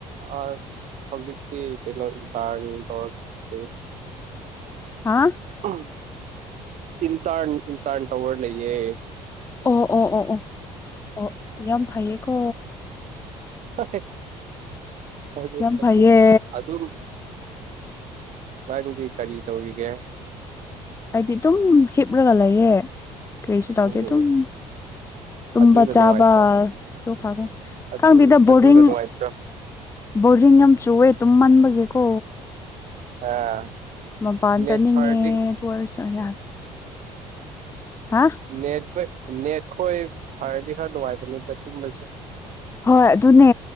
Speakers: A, on the right; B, on the left.
A: ꯑꯁ ꯍꯧꯖꯤꯛꯇꯤ ꯀꯩꯅꯣ <unintelligible>
B: ꯍꯥ
A: ꯑꯧ ꯏꯟꯇꯔꯟ ꯅꯨꯡꯇꯔꯟ ꯇꯧꯔ ꯂꯩꯌꯦ
B: ꯑꯣ ꯑꯣ ꯑꯣ ꯑꯣ ꯑꯣ ꯌꯥꯝ ꯐꯩꯌꯦꯀꯣ
A: <unintelligible>
B: ꯌꯥꯝ ꯐꯩꯌꯦ
A: ꯑꯗꯨꯝ ꯅꯪꯗꯤ ꯀꯔꯤ ꯇꯧꯔꯤꯒꯦ
B: ꯑꯩꯗꯤ ꯗꯨꯝ ꯍꯤꯞꯔꯒ ꯂꯩꯌꯦ ꯀꯔꯤꯁꯨ
A: ꯑꯣ
B: ꯇꯧꯗꯦ ꯑꯗꯨꯝ ꯇꯨꯝꯕ
A: ꯑꯗꯨꯅ
B: ꯆꯥꯕ
A: ꯅꯨꯡꯉꯥꯏꯇ꯭ꯔꯣ
B: ꯇꯣꯈꯛꯇꯥ
A: ꯑꯗꯨ
B: ꯈꯪꯗꯦꯗ ꯕꯣꯔꯤꯡ
A: ꯑꯗꯨꯅ ꯅꯨꯡꯉꯥꯏꯇ꯭ꯔꯣ
B: ꯕꯣꯔꯤꯡ ꯌꯥꯝ ꯆꯨꯋꯦ ꯑꯗꯨꯝ ꯇꯨꯝꯃꯟꯕꯒꯤꯀꯣ
A: ꯑꯥ
B: ꯃꯄꯥꯟ
A: ꯅꯦꯠ
B: ꯆꯠꯅꯤꯡꯉꯦ
A: ꯐꯔꯗꯤ
B: <unintelligible> ꯌꯥꯗꯦ ꯍꯥ
A: ꯅꯦꯠꯕꯦꯛ ꯅꯦꯠꯈꯣꯏ ꯐꯔꯗꯤ ꯈꯔ ꯅꯨꯡꯉꯥꯏꯕꯅꯦꯗ ꯇꯨꯝꯔꯁꯨ
B: ꯍꯣꯏ ꯑꯗꯨꯅꯦ